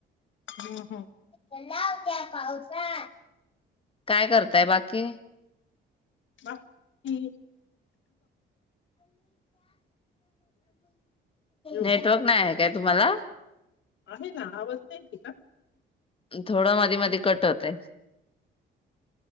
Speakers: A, on the left (about 70°); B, on the left (about 25°).
A: ह
B: नाव घ्या. पाऊसा. काय करताय बाकी
A: बा की घेऊन
B: नेटवर्क नाही आहे काय तुम्हाला.
A: आहे ना आवाज नाही येत आहे का.
B: थोडं मधी मधी कट होतोय.